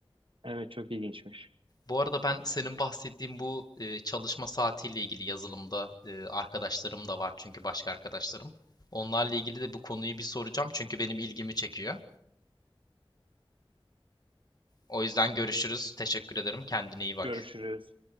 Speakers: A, on the right (about 65°); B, on the left (about 45°).
A: Evet çok ilginçmiş.
B: Bu arada ben senin bahsettiğin bu e, çalışma saatiyle ilgili yazılımda e, arkadaşlarım da var çünkü başka arkadaşlarım. Onlarla ilgili de bu konuyu bir soracağım çünkü benim ilgimi çekiyor. O yüzden görüşürüz. Teşekkür ederim. Kendine iyi bak.
A: Görüşürüz.